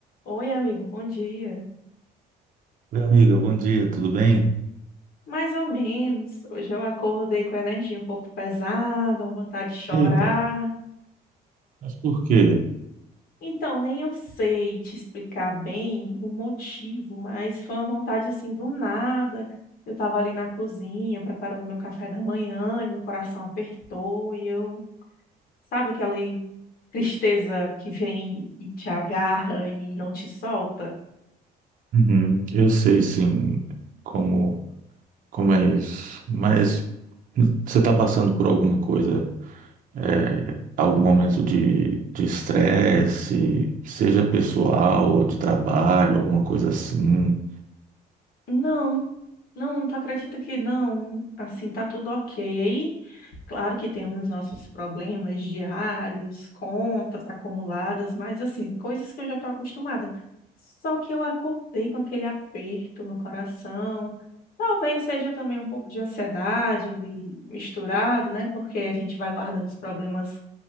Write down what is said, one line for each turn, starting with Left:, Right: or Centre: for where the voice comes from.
Left: Oi, amigo, bom dia.
Right: Oi, amiga, bom dia, tudo bem?
Left: Mais ou menos. Hoje eu acordei com a energia um pouco pesada, uma vontade de chorar.
Right: Eita, mas por quê?
Left: Então, nem eu sei te explicar bem o motivo, mas foi uma vontade assim do nada. Eu estava ali na cozinha preparando meu café da manhã e meu coração apertou e eu, sabe aquela tristeza que vem e te agarra e não te solta?
Right: Uhum, eu sei sim como, como é isso, mas você está passando por alguma coisa, é, algum momento de de estresse, seja pessoal ou de trabalho, alguma coisa assim?
Left: Não, não, tu acredita que não? Assim, tá tudo ok. Claro que temos nossos problemas diários, contas acumuladas, mas assim, coisas que eu já estou acostumada. Só que eu acordei com aquele aperto no coração. Talvez seja também um pouco de ansiedade ali misturado, né? Porque a gente vai guardando os problemas